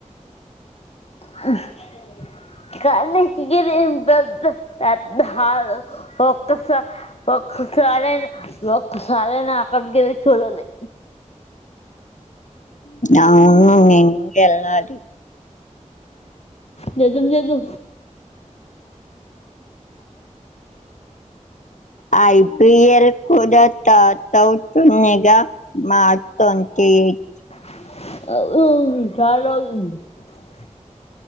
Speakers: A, on the left; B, on the left.
A: హు <unintelligible> పెద్ద పెద్ద హాలు ఒక్కసారే ఒక్కసారే అక్కడికి వెళ్ళి చూడాలి
B: అవును నేను వెళ్ళాలి
A: జదు జదు
B: ఐ ప్రియర్ త <unintelligible> <unintelligible>
A: <unintelligible>